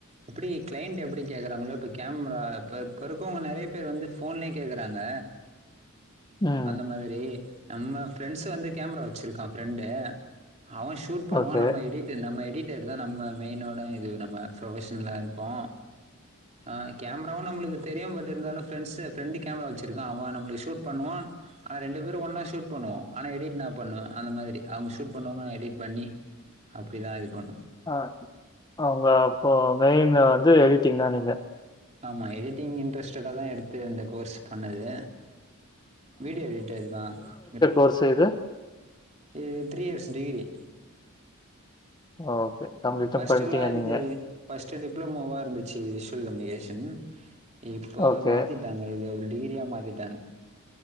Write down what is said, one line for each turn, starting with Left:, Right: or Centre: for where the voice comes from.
Right: எப்புடி கிளைண்ட் எப்புடி கேக்குறாங்களோ இப்போ கேம்ரால இப்ப இப்போ இருக்கவ்ங்க நெறையபேர் வந்து ஃபோன்னே கேக்குறாங்க
Left: ம்.
Right: அந்த மாதிரி நம்ம ஃபிரெண்ஸ் வந்து கேம்ரா வச்சிருக்கான் ஃபரெண்டு அவன் ஷூட் பண்ணுவான்
Left: ஓகே.
Right: நம்ம எடிட்டு நம்ம எடிட்டர்தா நம்ம மெய்னோட இது நம்ம புரொஃபஷ்னல்லா இருப்போ ஆ கேம்ராவு நம்மளுக்கு தெரியு பட் இருந்தாலு ஃபிரெண்ஸு ஃபிரெண்டு கேமரா வச்சிருக்கான் அவன் நம்ளுக்கு ஷூட் பண்ணுவான் ஆனா ரெண்டு பேரூ ஒன்னா ஷூட் பண்ணுவோ ஆனா எடிட் நா பண்ணுவ அந்த மாதிரி அவ்ங்க ஷூட் பண்ணுவாங்க நா எடிட் பண்ணி அப்டிதா இது பண்ணு
Left: அ அவ்ங்க அப்போ மெய்ன் வந்து எடிட்டிங்தா நீங்க
Right: ஆமா எடிட்டிங் இன்ட்ரெஸ்டடாதா எடுத்து இந்த கோர்ஸ் பண்ணது வீடியோ எடிட்டர்தா என்து
Left: ஒரு சைடு
Right: இது த்ரீயர்ஸ் டிகிரி
Left: ஓகே. கம்ப்ளீட்டும்
Right: ம் ஃபஸ்டெல்லா
Left: பண்ணிட்டீங்க
Right: இது
Left: நீங்க.
Right: பஸ்ட்டு டிப்ளமோவா இருந்துச்சு விஷ்வல் கம்னிகேஷன் இப்போ
Left: ஓகே.
Right: மாத்திட் டாங்க இத ஒரு டிகிரியா மாத்திட்டாங்க